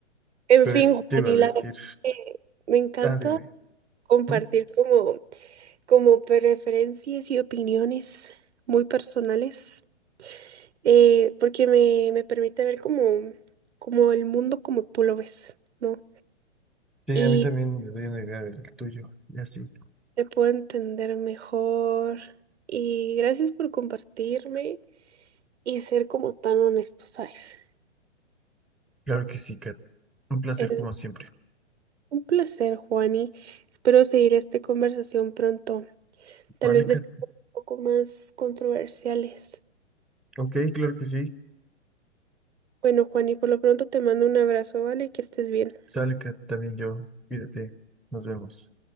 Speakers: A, on the right; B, in the centre.
A: en
B: pero
A: fin,
B: ¿qué
A: Juan,
B: te iba
A: y
B: a decir?
A: la verdad es que me encanta
B: Ah, dime.
A: compartir
B: ¿Mm?
A: como, como preferencias y opiniones muy personales, eh, porque me, me permite ver como, como el mundo como tú lo ves, ¿no?
B: Sí,
A: Y
B: a mí también me doy una idea del tuyo. Y así.
A: te puedo entender mejor. Y gracias por compartirme y ser como tan honesto, ¿sabes?
B: Claro que sí, Kat. Un placer
A: Es
B: como siempre.
A: un placer, Juani. Espero seguir esta conversación pronto. Tal
B: Vale,
A: vez
B: Kat.
A: de poco más controversiales.
B: Ok, claro que sí.
A: Bueno, Juan, y por lo pronto te mando un abrazo, ¿vale? Que estés bien.
B: Sale, Kat, también yo. Cuídate. Nos vemos.